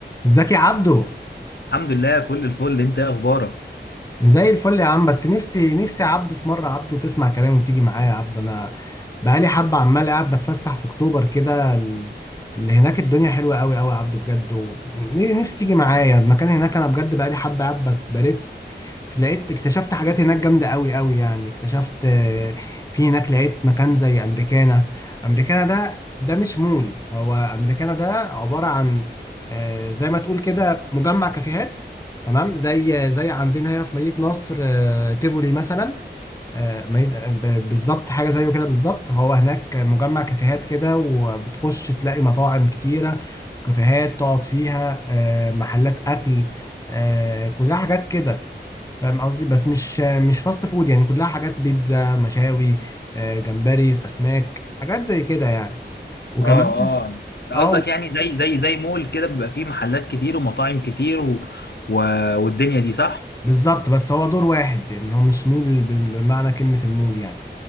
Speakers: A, on the left; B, on the left.
A: ازيك يا عبدو
B: الحمد لله فل الفل انت ايه اخبارك
A: زي الفل يا عم بس نفسي نفسي يا عبدو في مره عبدو تسمع كلامي وتيجي معايا يا عبدو انا بقالي حبه عمال قاعد بتفسح في اكتوبر كده ال- اللي هناك الدنيا حلوه قوي قوي يا عبدو بجد ونفسي تيجي معايا المكان هناك انا بجد بقالي حبه قاعد بت- بلف لقيت اكتشفت حاجات هناك جامده قوي قوي يعني اكتشفت آه، في هناك لقيت مكان زي امريكانا امريكانا ده ده مش مول هو امريكانا ده عباره عن آه، زي ما تقول كده مجمع كافيهات تمام زي زي عندنا هنا في مدينة نصر آه، تيفولي مثلا آه، مدينة- ب- بالظبط حاجة زيه كده بالظبط هو هناك مجمع كافيهات كده وبتخش تلاقي مطاعم كتيرة وكافيهات تقعد فيها آه، محلات أكل آه، كلها حاجات كده فاهم قصدي بس مش مش فاست فود يعني كلها حاجات بيتزا مشاوي آه، جمبري أسماك حاجات زي كده يعني وكمان
B: اه اه انت قصدك
A: اه
B: يعني زي زي زي مول كده بيبقى فيه محلات كتير ومطاعم كتير و... و... والدنيا دي صح
A: بالظبط بس هو دور واحد يعني هو مش مول بال- بمعنى كلمة المول يعني